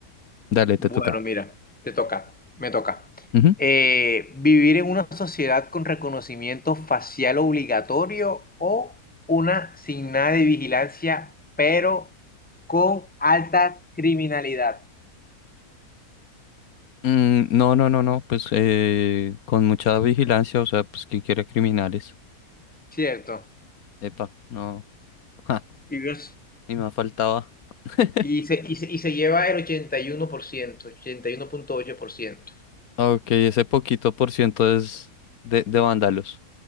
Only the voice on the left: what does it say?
Dale,
te toca.
Ujú.
Mm, no, no, no, no, pues eh, con mucha vigilancia, o sea, pues quien quiera criminales.
Epa, no. <laughs>
Ni me faltaba. <laughs>
Ok, ese poquito por ciento es de, de vándalos.